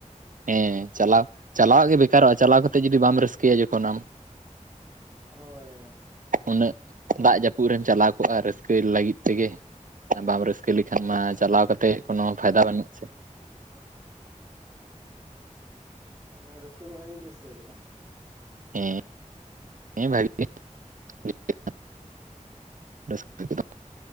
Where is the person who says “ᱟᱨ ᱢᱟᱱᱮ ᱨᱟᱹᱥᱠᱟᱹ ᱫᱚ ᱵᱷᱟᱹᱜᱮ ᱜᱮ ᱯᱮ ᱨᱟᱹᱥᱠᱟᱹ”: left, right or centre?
Right